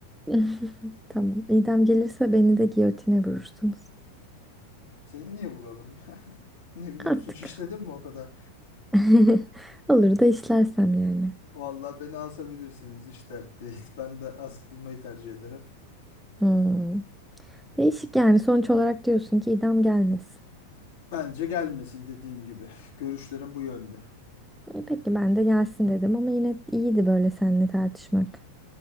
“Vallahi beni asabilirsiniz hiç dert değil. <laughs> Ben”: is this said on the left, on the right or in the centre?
Left